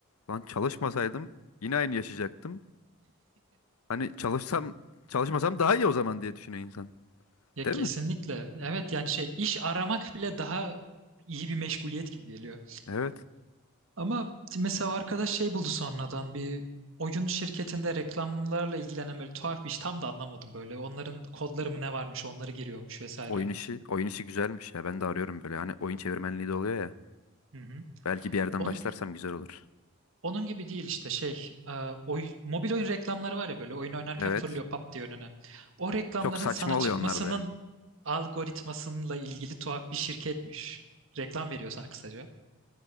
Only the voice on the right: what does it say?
Ya
kesinlikle.
Evet yani şey iş aramak bile daha iyi bir meşguliyet gibi geliyor.
Ama mesela o arkadaş şey buldu sonradan bir oyun şirketinde reklamlarla ilgilenen böyle tuhaf bir iş tam da anlamadım böyle. Onların kodları mı ne varmış onları giriyormuş vesaire.
Hı hı.
Onun,
onun gibi değil işte şey e, oy, mobil oyun reklamları var ya böyle oyun oynarken
fırlıyor pap diye önüne. O reklamların
sana çıkmasının
algoritmasıyla ilgili tuhaf bir şirketmiş. Reklam veriyor sana kısaca.